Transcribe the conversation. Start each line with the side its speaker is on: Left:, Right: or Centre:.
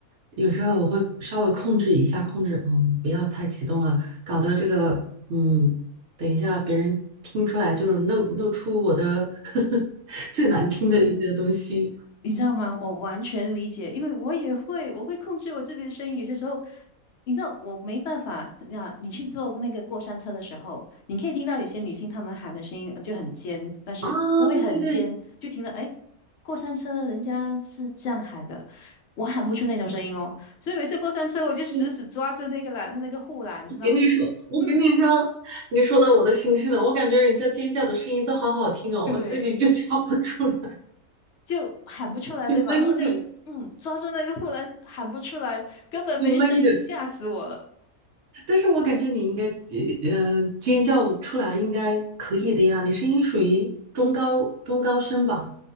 Right: 有时候我会稍微控制一下，控制，嗯，不要太激动了，搞得这个，嗯，等一下别人听出来就是露露出我的 <laughs> 最难听的一个东西。
Left: 你知道吗？我完全理解，因为我也会，我会控制我自己的声音。有些时候，你知道我没办法。那你去坐那个过山车的时候，你可以听到有些女性她们喊的声音呃就很尖，但是不会很尖，
Right: 啊，对对对。
Left: 就听到哎，过山车人家是这样喊的，我喊不出那种声音哦。所以每次过山车，我就死死抓住那个栏，
Right: 对
Left: 那个护栏，然后就
Right: 给你说，我跟你说，
Left: 嗯，
Right: 你说到我的心声了。我感觉人家尖叫的声音都好好听哦，
Left: 对，
Right: 我自己就 <laughs> 叫不出来，
Left: 就喊不出来，
Right: 就闷着，
Left: 对吧？然后就嗯，抓住那个护栏喊不出来，根本没声音，
Right: 就闷着。
Left: 吓死我了。
Right: 但是我感觉你应该，呃，呃尖叫出来应该可以的呀。你声音属于中高中高声吧？